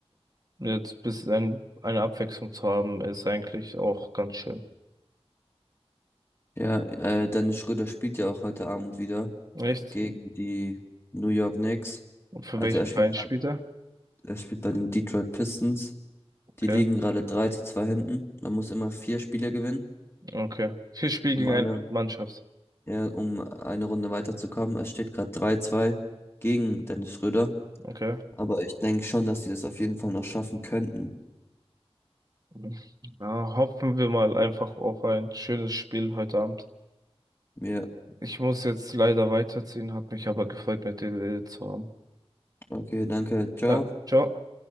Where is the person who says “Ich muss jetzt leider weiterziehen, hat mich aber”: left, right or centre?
Right